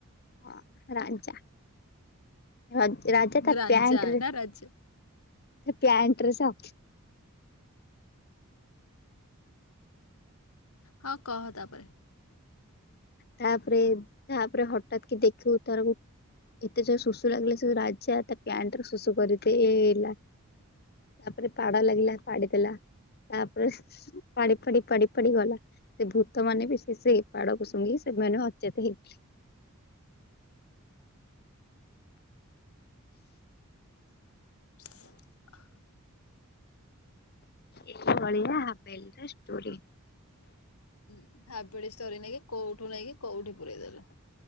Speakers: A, on the left; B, on the left.
A: ହଁ ରାଜା, ରା ରାଜା ତା
B: ରାଞ୍ଜା
A: ପ୍ୟାଣ୍ଟରୁ
B: ନା ରାଜା
A: ପ୍ୟାଣ୍ଟ୍ରରେ ସ
B: ହଁ କହ ତାପରେ?
A: ତାପରେ ତାପରେ ହଠାତ୍ କି ଦେଖୁ <unintelligible> ଏତେ ଜୋର୍ ସୁସୁ ଲାଗିଲା ଯେ, ରାଜା ତା ପ୍ୟାଣ୍ଟରେ ସୁସୁ କରିଦେଲା। ତାପରେ ପାଡ଼ ଲାଗିଲା ପାଡି ଦେଲା। ତାପରେ ପାଡ଼ି ପାଡ଼ି ପାଡ଼ି ପାଡ଼ି ଗଲା, ସେ ଭୂତ ମାନେ ବି ସେଇ ପାଡକୁ ସୁଙ୍ଗି ସେମାନେ ଅଚେତ ହେଇଗଲେ।
B: <inaudible>
A: ଏଇ ଭଳିଆ ହାବେଲିରେ ଷ୍ଟୋରୀ।
B: ହଁ ହାବଳି ଷ୍ଟୋରି ନେଇକି, କୋଉଠୁ ନେଇକି କୋଉଠି ପୁରେଇ ଦେଲେ।